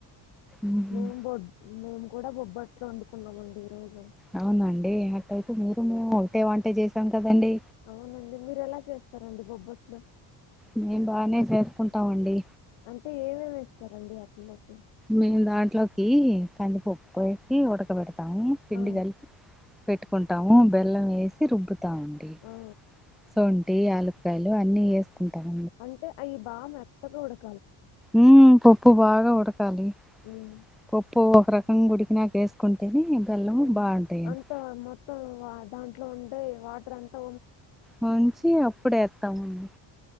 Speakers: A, in the centre; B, on the left.
A: ఉమ్,
B: నేమ్ బుడ్ మేము కూడా బొబ్బట్లు వండుకున్నామండి ఈ రోజు
A: అవునండి. అట్ట అయితే మీరు మేము ఒకటే వంట చేసాం. కదండి
B: అవునండి మీరు ఎలా చేస్తారు. అండి బొబ్బట్లో
A: మేం బాగనే చేసుకుంటాం అండి.
B: అంటే ఏమేమి వేస్తారండి అట్లకు
A: మేము దాంట్లోకి కందిపప్పు వేసి ఉడకబెడ అవు పిండి
B: ఆ!
A: కలిపి పెట్టుకుంటాము. బెల్లం వేసి రుబ్బు తం అండి
B: ఆ!
A: సొంటీ యాలు కాయలు అన్ని ఏసుకుంటాము.
B: అంటే అయి బాగ మెత్తగ ఉడక
A: ఉమ్ పప్పు బాగా ఉడకాలి
B: హ్మ్.
A: పప్పు ఒక రకంగా వుడికినక వేసుకుంటేనే బెల్లం
B: ఆ
A: బాగుంటాయండి
B: అంత మొత్తం దాంట్ల ఇట్ లో ఉంటే వాటర్ అంతా
A: మంచి అప్పుడేత్తమండి